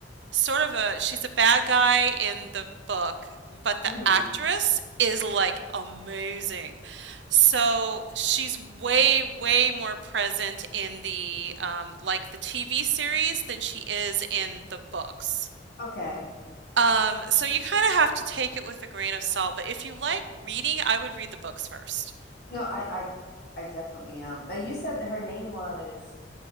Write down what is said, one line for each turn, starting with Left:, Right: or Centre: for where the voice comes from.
Right: sort of a she's a bad guy in the book, but the
Left: hmm
Right: actress is like amazing. So she's way,
Left: Okay.
Right: way more present in the um like the TV series than she is in the books.
Left: Okay.
Right: Um, so you kind of have to take it with a grain of salt, but if you like reading, I would read the books first.
Left: No, I I I definitely am. But you said that her name was